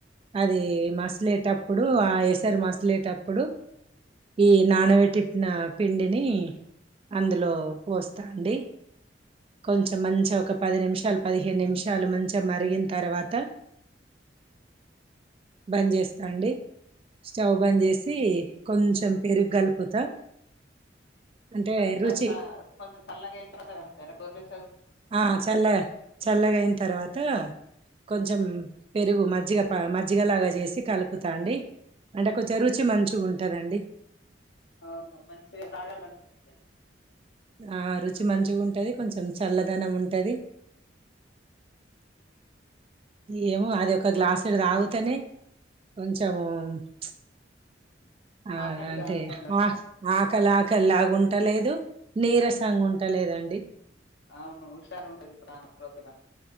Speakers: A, on the right; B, on the left.
A: అది మసలేటప్పుడు ఆ ఎసారు మసలేటప్పుడు ఈ నాన పేటిప్పన పిండిని అందులో పోస్తా అండి కొంచెం మంచి ఒక పది నిమిషం పదిహేను నిమిషాలు మంచి మరిగిన తర్వాత బంద్ చేస్తాండి స్టవ్ బంద చేసి కొంచెం పెరుగ కలుపుతా అంటే
B: కొంచ చల్త
A: రుచి
B: కొంచ సల్లగాంత తగలుతార పెరుగు
A: ఆ చల్ల చల్లగాయిన తర్వాత కొంచెం పెరుగు మజ్జిగ మజ్జగ లాగా చేసి కలుపుతాండి అంటే కొంచెం రుచి మంచిగా ఉంటదండి
B: అవును మనిషికి తగల అనిపించేంది
A: ఆ రుచి మంచిగా ఉంటది కొంచెం చల్లదనం ఉంటది ఏమో అది ఒక గ్లాసుడు తాగుతనే కొంచము చ్ అ
B: ఆకలి
A: అంతే
B: కాదు తొందరగా
A: ఆకలి ఆకలి ఉంటలేదు నీరసంగా ఉంటలేదండి.
B: అవును హుషారు ఉంటది ప్రాణం ప్రొద్దున.